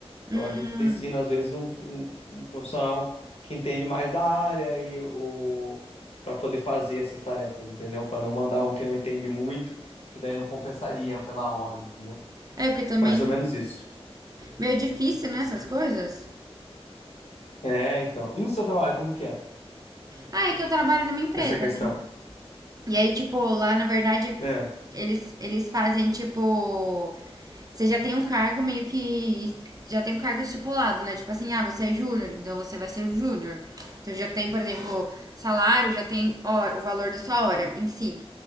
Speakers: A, on the left; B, on the right.
A: Então
B: Hum.
A: a gente destina, às vezes, um, um- um profissional que entende mais da área e o para poder fazer essas tarefas, entendeu? Para não mandar um que não entende muito, que daí não compensaria pela hora, entendeu?
B: É, porque também.
A: Mais ou menos isso.
B: Meio difícil, né? Essas coisas.
A: É, então. E no seu trabalho, como que é
B: Ah, é que eu trabalho numa empresa.
A: essa questão?
B: né? E aí, tipo, lá na verdade,
A: É.
B: eles, eles fazem, tipo. Você já tem um cargo meio que. Já tem um cargo estipulado, né? Tipo assim, ah, você é júnior, então você vai ser júnior. Então já tem, por exemplo, salário, já tem hora- o valor da sua hora em si.